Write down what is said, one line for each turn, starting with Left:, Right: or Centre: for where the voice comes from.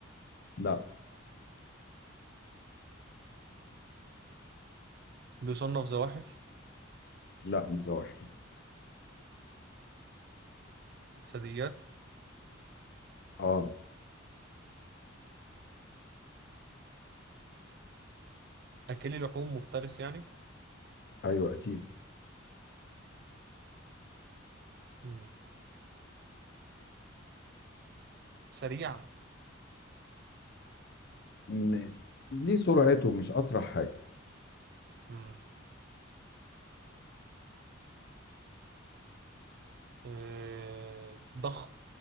Left: لا
Right: بيصنف زواحف
Left: لا مش زواحف
Right: ثدييات
Left: اه
Right: أكلي لحوم مفترس يعني
Left: ايوه اكيد
Right: مم. سريع
Left: م... ليه سرعته مش اسرع حاجه
Right: مم. آه، ضخم